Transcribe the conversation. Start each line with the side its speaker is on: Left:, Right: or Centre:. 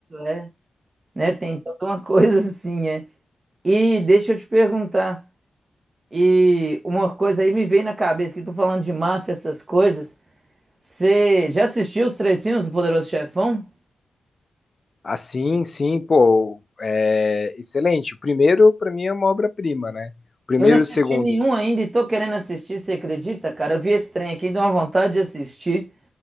Right: é. Né? Tem toda uma <laughs> coisa assim, é. E deixa eu te perguntar. E uma coisa aí me veio na cabeça, que tô falando de máfia, essas coisas. Você já assistiu os três filmes do Poderoso Chefão?
Left: assim, sim, pô, é excelente. O primeiro, para mim, é uma obra-prima, né? O primeiro
Right: Eu não assisti
Left: e o segundo,
Right: nenhum ainda e tô querendo assistir, você acredita, cara? Eu vi esse trem aqui, e deu uma vontade de assistir.